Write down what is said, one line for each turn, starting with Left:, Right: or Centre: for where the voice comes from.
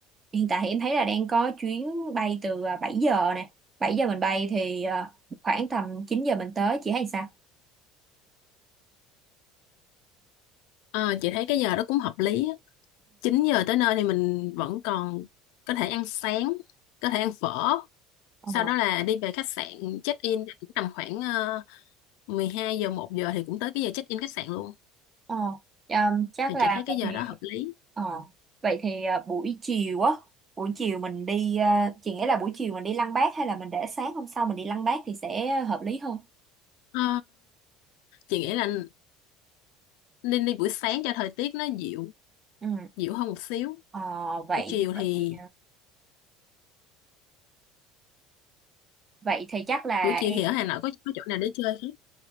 Right: hiện tại thì em thấy là đang có chuyến bay từ ờ, 7 giờ nè. bảy giờ mình bay thì ờ, khoảng tầm 9 giờ mình tới chị thấy sao?
Left: Ờ, chị thấy cái giờ đó cũng hợp lý á. 9 giờ tới nơi thì mình vẫn còn có thể ăn sáng, có thể ăn phở.
Right: Ừ.
Left: Sau đó là đi về khách sạn check in thì cũng tầm khoảng uh, 12 giờ một giờ thì cũng tới cái giờ check in khách sạn luôn.
Right: Ờ, um, chắc
Left: Thì
Right: là
Left: chị thấy cái
Right: vậy
Left: giờ
Right: thì
Left: đó hợp lý.
Right: ờ, vậy thì à, buổi chiều á buổi chiều mình đi à, chị nghĩ là buổi chiều mình đi Lăng Bác hay là mình để sáng hôm sau mình đi Lăng Bác thì sẽ hợp lý hơn
Left: Ờ, chị nghĩ là nên đi buổi sáng cho thời tiết nó dịu,
Right: ừ.
Left: dịu hơn một xíu.
Right: Ờ, vậy
Left: Buổi chiều
Right: vậy
Left: thì
Right: vậy thì chắc là
Left: buổi
Right: em
Left: chiều thì ở Hà Nội có có chỗ nào để chơi không?